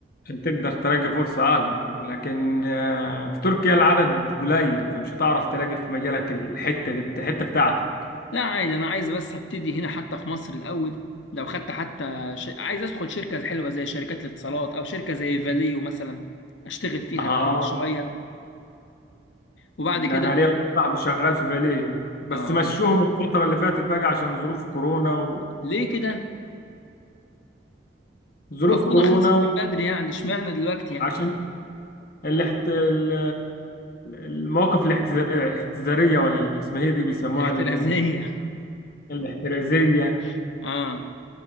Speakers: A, on the left; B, on the left.
A: عشان تقدر تلاقي فرصة أكبر لكن آه، في تركيا العدد قليل فمش هتعرف تلاقي في مجالك الحتة دي الحتة بتاعتك
B: لا عادي انا عايز بس ابتدي هنا حتى في مصر الاول لو خدت حتى ش... عايز ادخل شركه حلوه زي شركات الاتصالات او شركه زي فاليو مثلا اشتغل فيها
A: اه
B: الاول شويه وبعد
A: إن
B: كده
A: أنا ليا واحد صاحبي شغال في فاليو بس
B: اه
A: مشوهم الفترة اللي فاتت بقى عشان ظروف كورونا
B: ليه كده
A: وظروف
B: ما كورونا
A: كورونا
B: خلصت من بدري يعني اشمعنى دلوقتي يعني
A: وعشان الاحت... ال- المواقف الاحتزا- الاحتزارية ولا اللي اسمها ايه دي بيسموها
B: الاحترازية
A: ال- الاحترازية
B: <laughs> اه